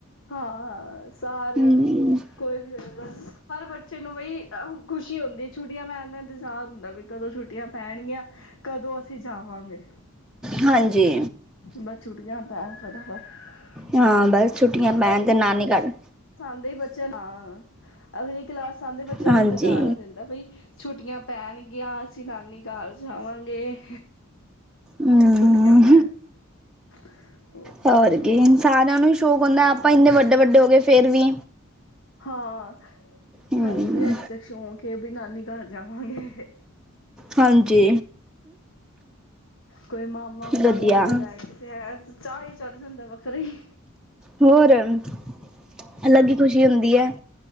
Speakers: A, on the left; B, in the centre.
A: ਹਾਂ ਹਾਂ ਸਾਰਿਆਂ
B: ਹੂੰ
A: ਲਈ, ਕੋਈ ਵੀ ਹੋਜੇ ਬਸ ਹਰ ਬੱਚੇ ਨੂੰ ਬਈ ਖੁਸ਼ੀ ਹੁੰਦੀ ਛੁੱਟੀਆਂ ਪੈਣ ਦਾ ਇੰਤਜ਼ਾਰ ਹੁੰਦਾ ਬਈ ਕਦੋਂ ਛੁੱਟੀਆਂ ਪੈਣਗੀਆਂ, ਕਦੋਂ ਅਸੀਂ ਜਾਵਾਂਗੇ।
B: ਹਾਂਜੀ।
A: ਬਸ ਛੁੱਟੀਆਂ ਪੈਣ <inaudible>
B: ਹਾਂ ਬਸ ਛੁੱਟੀਆਂ ਪੈਣ ਤੇ ਨਾਨੀ ਘਰ।
A: ਪਸੰਦ ਹੀ ਬੱਚੇ <unintelligible> ਅਗਲੀ ਕਲਾਸ ਸਾਨੂੰ ਤੇ ਬੱਚੇ
B: ਹਾਂਜੀ
A: ਨੂੰ ਇੰਤਜ਼ਾਰ ਹੋ ਜਾਂਦਾ ਬਈ ਛੁੱਟੀਆਂ ਪੈਣਗੀਆਂ ਅਸੀਂ ਨਾਨੀ ਘਰ ਜਾਵਾਂਗੇ।
B: ਹੂੰ
A: ਛੁੱਟੀਆਂ ਪੈਣ <inaudible>
B: ਹੋਰ ਕੀ ਸਾਰਿਆਂ ਨੂੰ ਹੀ ਸ਼ੌਂਕ ਹੁੰਦਾ ਆਪਾਂ ਇੰਨੇ ਵੱਡੇ-ਵੱਡੇ ਹੋ ਗਏ ਫਿਰ ਵੀ
A: ਹਾਂ
B: ਹੂੰ
A: ਸਾਨੂੰ ਵੀ ਅੱਜੇ ਤੱਕ ਸ਼ੌਂਕ ਏ ਬਈ ਨਾਨੀ ਘਰ ਜਾਵਾਂਗੇ
B: ਹਾਂਜੀ
A: ਕੋਈ ਮਾਮਾ ਮੁਮਾ
B: ਵਧੀਆ
A: ਮਿਲ ਤਾਂ ਜਾਏ ਚਾਹ ਹੀ ਚੜ ਜਾਂਦਾ ਵੱਖਰਾ ਈ
B: ਹੋਰ ਅਲੱਗ ਹੀ ਖ਼ੁਸ਼ੀ ਹੁੰਦੀ ਹੈ।